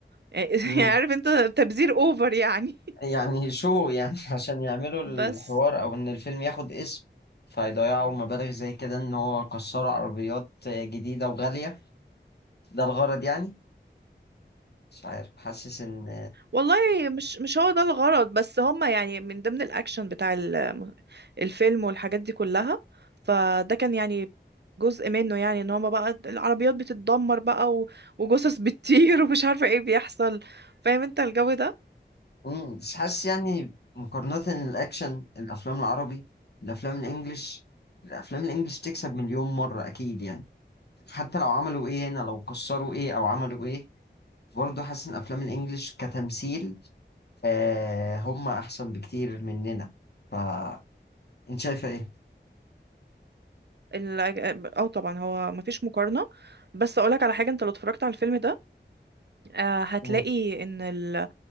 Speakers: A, on the right (about 65°); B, on the left (about 60°).
A: <laughs>
B: مم.
A: يعني عارف انت تبذير اوفر يعني
B: يعني شو يعني <laughs> عشان يعملوا الحوار
A: <laughs> بس
B: أو إن الفيلم ياخد اسم فيضيعوا مبالغ زي كده إن هو كسروا عربيات جديدة وغالية ده الغرض يعني مش عارف حاسس إن
A: والله مش مش هو ده الغرض بس هما يعني من ضمن الأكشن بتاع ال- الفيلم والحاجات دي كلها فده كان يعني جزء منه يعني ان هما بقى العربيات بتتدمر بقى و- وجثث بتطير <laughs> ومش عارفة ايه بيحصل فاهم انت الجو ده
B: مم، بس حاسس يعني مقارنة الأكشن الأفلام العربي الأفلام الإنجليش الأفلام الإنجليش تكسب مليون مرة أكيد يعني حتى لو عملوا إيه هنا لو كسروا إيه أو عملوا إيه برضه حاسس إن أفلام الإنجليش كتمثيل آه هم أحسن بكتير مننا فأنت شايفة إيه؟
A: ال- اه طبعا هو مفيش مقارنة بس اقولك على حاجة انت لو اتفرجت على الفيلم ده آه، هتلاقي
B: مم،
A: ان